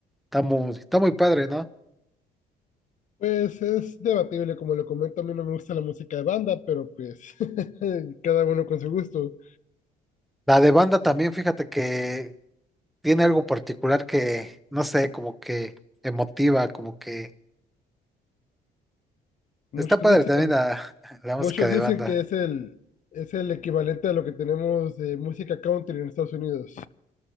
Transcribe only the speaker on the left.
Pues es debatible, como lo comento, a mí no me gusta la música de banda, pero pues <laughs> cada uno con su gusto.
Muchos
dicen,
muchos
dicen
que es el, es el equivalente a lo que tenemos de música country en Estados Unidos.